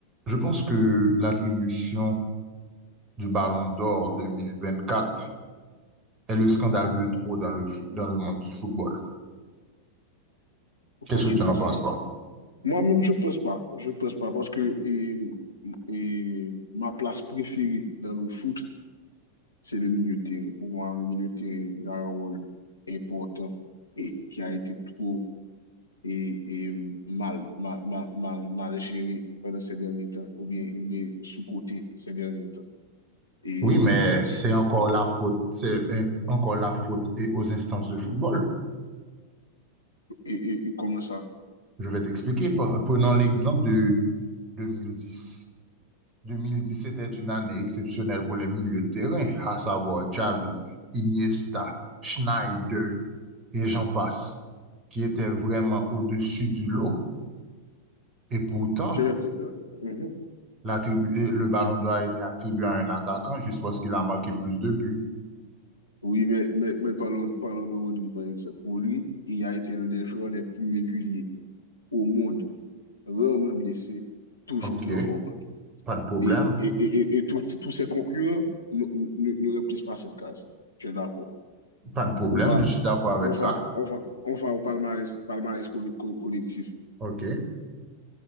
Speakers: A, on the right (about 25°); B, on the left (about 80°).
A: Je pense que l'attribution du Ballon d'Or 2024 est le scandale de trop dans le foot- dans le monde du football.
B: Pourquoi
A: Qu'est-ce
B: je
A: que tu
B: pense
A: en penses,
B: ça?
A: toi?
B: Moi-même, je pense pas. Je pense pas parce que et, et ma place préférée dans le foot, c'est le milieu de terrain. Pour moi, le milieu de terrain il a un rôle important et qui a été trop et, et mal, mal, mal, mal, mal géré pendant ces derniers temps ou bien, ou bien sous-coté ces derniers temps. Et,
A: Oui, mais
B: et,
A: c'est encore la faute, c'est un- encore la faute et aux instances de football.
B: et- et comment ça?
A: Je vais t'expliquer. Pre- Prenons l'exemple de 2010. 2010 était une année exceptionnelle pour les milieux de terrain, à savoir Xavi, Iniesta, Schneider et j'en passe, qui étaient vraiment au-dessus du lot. Et pourtant,
B: Je vais peut-être- euh, mhm.
A: l'attribu- le ballon d'or a été attribué à un attaquant juste parce qu'il a marqué plus de buts.
B: Oui, mais, mais, mais parlons, parlons de Rodri, par exemple. Pour lui il a été l'un des joueurs les plus réguliers au monde rarement blessé, toujours
A: OK,
B: performant.
A: pas de problème.
B: Et, et, et, et tous ces concurrents ne, ne, ne remplissent pas cette case. Je suis d'accord.
A: Pas de problème,
B: On va,
A: je suis d'accord avec
B: on, va,
A: ça.
B: on, va, on va au palmarès, palmarès collectif.
A: OK,